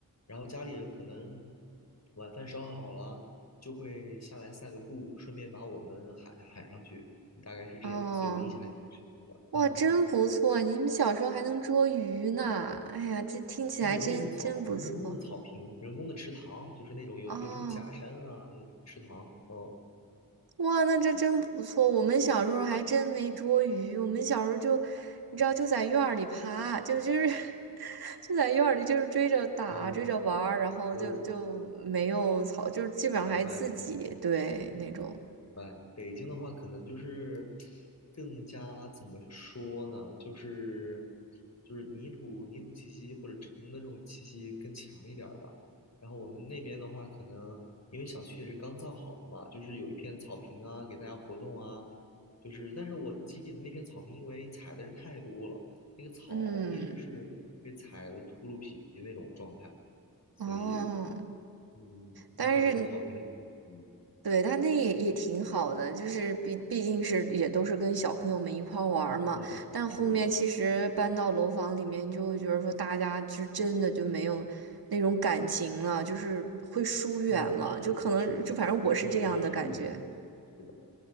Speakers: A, on the left (about 45°); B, on the right (about 80°).
A: 然后家里人可能晚饭烧好了，就会下来散个步，顺便把我们喊喊上去。大概是这样，
B: 哦，
A: 所以我印象还挺深的。
B: 哇，
A: 嗯，
B: 真不错！你们小时候还能捉鱼呢，哎呀，这听起来真真不错
A: 有那种草，人工的草坪，人工的池塘，就是那种有有什么假山啊那种池塘。
B: 哦。
A: 哦，
B: 哇，那这真不错。我们小时候还真没捉鱼，我们小时候就，你知道，就在院儿里爬，就就是 <laughs> 就在院儿里就是追着打，
A: 哦，
B: 追着玩儿，然后就就没有草，
A: 呃，
B: 就是基本上还自己对那种，
A: 明白明白。明白，北京的话，可能就是更加怎么说呢？就是就是泥土泥土气息或者城的这种气息更强一点儿吧。然后我们那边的话，可能因为小区也是刚造好的嘛，就是有一片草坪啊，给大家活动啊。就是，但是我记得那片草坪，因为踩的人太多了，那个草一直是被踩的秃噜皮的那种状态，
B: 嗯，
A: 所以
B: 哦。
A: 嗯，
B: 但是，
A: 影响你的草坪。嗯，
B: 对，但那也也挺好的，就是毕毕竟是也都是跟小朋友们一块儿玩儿嘛。
A: 是的，
B: 但后面其实搬到楼房里面，
A: 是的。
B: 就会觉得说大家就真的就没有那种感情了，就是会疏远了，
A: 嗯，是是，
B: 就可能就反正我是这样的感觉。
A: 人与人之间疏远的问题。是的，